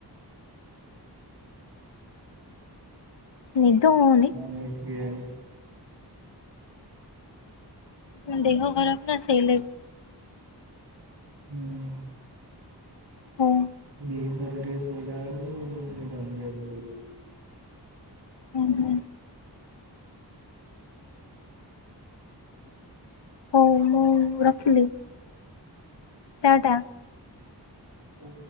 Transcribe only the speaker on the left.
ନିଦ ହ
ଉଁ ଦେହ ଖରାପ ନା ସେଇଲାଗି।
ହୁଁ।
ହୁଁ-ହୁଁ। ହଉ ମୁଁ ରଖିଲି। ଟା ଟା।